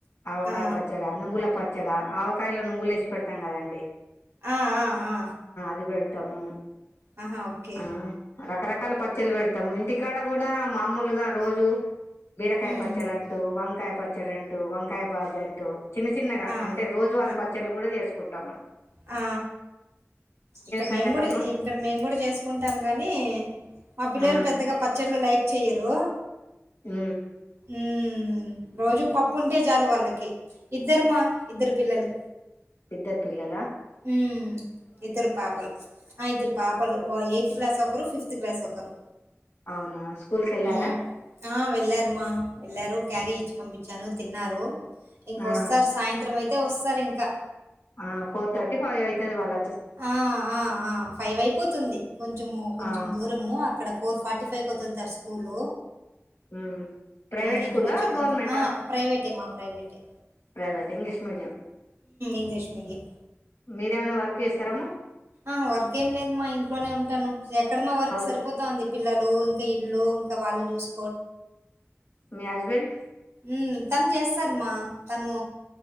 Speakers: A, on the left; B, on the right.
A: ఆవకాయ
B: ఆ!
A: పచ్చడి నువ్వుల పడి ఆవకాయలో నువ్వులు వేసిి పెడతాంద అండి
B: ఆ! ఆ! ఆ!
A: అది పెడతాము
B: ఆహా ఓకే
A: ఆ రకరకాల పచ్చలు పెడతాము ఇంటికాడ కూడా మామూలుగా రోజు బీరకాయ
B: హ్మ్.
A: పచ్చడింటు వంకాయ పచ్చడింటు వంకాయ బాజ్ అంటు చిన్న చిన్నగా
B: ఆ!
A: అంటే రోజువారి
B: ఆ!
A: పచ్చళ్లు కూడా చేసుకుంటాం అండి
B: ఆ ఇక్కడ మేము
A: సంగతమ్మా
B: కూడా ఇక్కడ మేము కూడా చేసుకుంటాం గానీ మా పిల్లలు
A: ఆ
B: పెద్దగా పచ్చళ్ళ లైక్ చెయరు
A: ఉ
B: ఉ రోజు పప్పు ఉంటే చాలు వాళ్ళకి ఇద్దరుమా ఇద్దరు పిల్లలు
A: ఇద్దరి పిల్లలా
B: హ ఇద్దరు పాపలు ఇద్దరు పాపాలు ఎయిత్ క్లాస్ వకరు ఫిఫ్త్ క్లాస్ ఒకరు
A: అవునా స్కూల్ కెళ్లారా
B: హ్మ్. ఆ వెళ్ళారమ్మా వెళ్ళారు క్యారీ ఇచ్చి పంపించాను తిన్నారు ఇంకొస్తారు
A: ఆ
B: సాయంత్రం అయితే వస్తారు ఇంకా
A: ఆ ఫోర్ థటీ ఫైవ్ అవుయితుంది వల్
B: ఆ ఆ ఆ ఫైవ్ అయిపోతుంది కొంచెము కొంచెం
A: ఆ
B: దూరము అక్కడ ఫోర్ ఫార్టీ ఫైవ్కి వదులుతారు స్కూల్
A: ఉమ్ ప్రైవేట్
B: ఇంటికి
A: స్కూలా
B: వచ్చే కుందు
A: గవర్నమెంటా
B: ఆ ప్రైవేటే మా ప్రైవేటే
A: ప్రైవేట్ ఇంగ్లీష్ మీడియం
B: ఇంగ్లీష్ మీడియంయం
A: మీరేమనా వర్క్ చేస్తారమ్మా
B: ఆ వర్క్ ఏం లేదు మా ఇంట్లోనే ఉంటాను ఎక్కడ మా వర్క్
A: హౌస్
B: సరిపోతా ఉంది పిల్లలు ఇంకా ఇల్లు ఇంకా వాళ్ళని చూసు
A: మీ హస్బెండ్
B: ఉ తను చేస్తారమ్మా తను